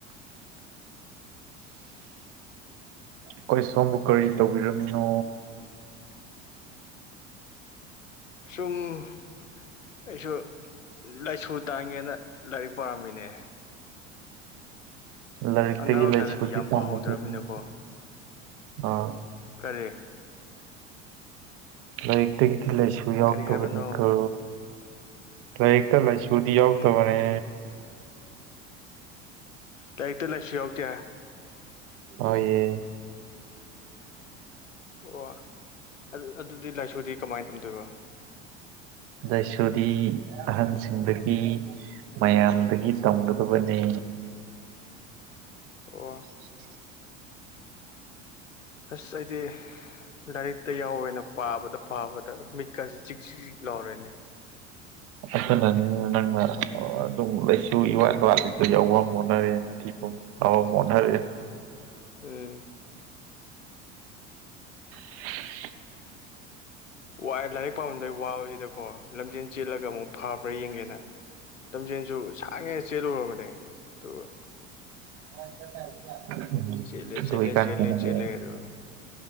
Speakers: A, on the right; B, on the left.
A: ꯑꯩꯈꯣꯏ ꯁꯣꯝꯕꯨ ꯀꯔꯤ ꯇꯧꯕꯤꯔꯝꯃꯤꯅꯣ
B: ꯁꯨꯝ꯫ ꯑꯩꯁꯨ ꯂꯥꯏꯁꯨ ꯇꯥꯡꯒꯦꯅ ꯂꯥꯏꯔꯤꯛ ꯄꯥꯔꯝꯃꯤꯅꯦ꯫
A: ꯂꯥꯏꯔꯤꯛꯇꯒꯤ
B: ꯑꯉꯥꯡ ꯑꯣꯏꯔꯤꯀꯥꯟꯗꯗꯤ
A: ꯂꯥꯏꯔꯤꯁꯨꯗꯤ
B: ꯌꯥꯝ
A: ꯇꯥꯟꯒꯗꯕꯅꯤ
B: ꯄꯥꯍꯧꯗ꯭ꯔꯃꯤꯅꯀꯣ
A: ꯑꯥ
B: ꯀꯔꯦ꯫
A: ꯂꯥꯏꯔꯤꯛꯇꯒꯤꯗꯤ ꯂꯥꯏꯁꯨ ꯌꯥꯎꯗꯕꯅꯤꯀ
B: ꯀꯔꯤ ꯍꯥꯏꯕꯅꯣ
A: ꯂꯥꯏꯔꯤꯛꯇ ꯂꯥꯏꯁꯨ꯫ ꯁꯨꯗꯤ ꯌꯥꯎꯇꯕꯅꯦ꯫
B: ꯎꯝ ꯂꯥꯏꯔꯤꯛꯇ ꯂꯥꯏꯁꯨ ꯌꯥꯎꯗꯦ꯫
A: ꯍꯣꯏꯌꯦ꯫
B: ꯑꯣ ꯑꯗꯨ ꯑꯗꯨꯗꯤ ꯂꯥꯏꯁꯨꯗꯤ ꯀꯃꯥꯏꯅ ꯇꯧꯗꯣꯏꯕ꯫
A: ꯂꯥꯏꯁꯨꯗꯤ ꯑꯍꯟꯁꯤꯡꯗꯒꯤ ꯃꯌꯥꯝꯗꯒꯤ ꯇꯝꯒꯗꯕꯅꯦ꯫
B: ꯑꯣ꯫
A: <inaudible>
B: ꯑꯁ ꯍꯥꯏꯗꯤ꯫ ꯂꯥꯏꯔꯤꯛꯇ ꯌꯥꯎꯋꯦꯅ ꯄꯥꯕꯗ ꯄꯥꯕꯗ ꯃꯤꯠꯀꯁꯤ ꯆꯤꯛ ꯆꯤꯛ ꯆꯤꯛ ꯂꯥꯎꯔꯣꯏꯅꯦ꯫
A: ꯑꯁ ꯅꯪ ꯅꯪ ꯃꯥ ꯑꯗꯨꯝ ꯂꯩꯁꯨ ꯏꯋꯥꯠ ꯋꯥꯠꯂꯤꯗ ꯌꯧꯕꯐꯝ ꯍꯣꯠꯅꯔꯦ ꯅꯤꯡꯊꯤꯐꯝ ꯐꯥꯕ ꯍꯣꯠꯅꯔꯦ
B: ꯎꯝ꯫
A: <inaudible>
B: ꯋꯥꯏ ꯂꯥꯏꯔꯤꯛ ꯄꯥꯃꯥꯟꯕꯩ ꯋꯥꯕꯁꯤꯗꯀꯣ ꯂꯝꯖꯦꯜ ꯆꯦꯜꯂꯒ ꯑꯃꯨꯛ ꯐꯥꯕ꯭ꯔꯥ ꯌꯦꯡꯒꯦꯅ꯫ ꯂꯝꯖꯦꯜꯁꯨ ꯁꯥꯡꯉꯦ ꯆꯦꯜꯂꯨꯔꯕꯅꯦ ꯑꯗꯨꯒ
A: <unintelligible>
B: ꯆꯦꯜꯂꯦ
A: ꯑꯗꯨ
B: ꯆꯦꯜꯂꯦ
A: ꯏꯀꯥꯟ
B: ꯆꯦꯜꯂꯦ
A: ꯀꯥꯟꯅꯗꯦ
B: ꯆꯦꯜꯂꯦꯗꯣ